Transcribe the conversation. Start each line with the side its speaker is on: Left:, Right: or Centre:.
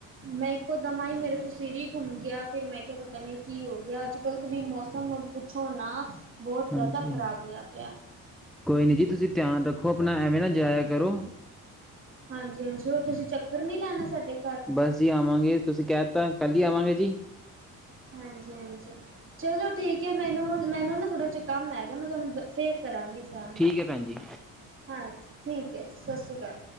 Right: ਮੈਂ ਇੱਕੋ ਦੱਮ ਆਈ ਮੇਰੇ ਤੇ ਸੇਰ ਈ ਘੁੰਮ ਗਯਾ, ਫੇਰ ਮੈਂ ਕੇਯਾ ਪਤਾ ਨੀ ਕੀ ਹੋ ਗਯਾ, ਅੱਜ-ਕੱਲ ਤੇ ਵੀ ਮੌਸਮ ਪੂਛੋ ਨਾ ਬੋਤ
Centre: ਹਾਂਜੀ
Right: ਜਾਦਾ ਖਰਾਬ ਗਯਾ ਪੇਆ।
Centre: ਕੋਈ ਨੀਂ ਜੀ, ਤੁਸੀਂ ਧਿਆਨ ਰੱਖੋ ਅਪਨਾ, ਐਵੇਂ ਨਾ ਜਾਯਾ ਕਰੋ।
Right: ਹਾਂਜੀ-ਹਾਂਜੀ, ਹੋਰ ਤੁਸੀਂ ਚੱਕਰ ਨੀ ਲਾਣਾ, ਸਾਡੇ ਘਰ?
Centre: ਬਸ ਜੀ ਆਵਾਂਗੇ, ਤੁਸੀਂ ਕੈਤਾ ਕੱਲ ਈ ਆਵਾਂਗੇ ਜੀ।
Right: ਹਾਂਜੀ-ਹਾਂਜੀ। ਚਲੋ ਠੀਕ ਐ ਮੈਨੂੰ, ਮੈਨੂੰ ਨਾ ਥੋੜਾ ਜਾ ਕੰਮ ਹੈਗਾ। ਮੈਂ ਤੁਆਨੂੰ ਫੇਰ ਕਰਾਂਗੀ। ਫੋਨ
Centre: ਠੀਕ ਹੈ ਭੈਣ ਜੀ
Right: ਹਾਂਜੀ ਠੀਕ ਹੈ ਜੀ ਸਤਿ ਸ਼੍ਰੀ ਅਕਾਲ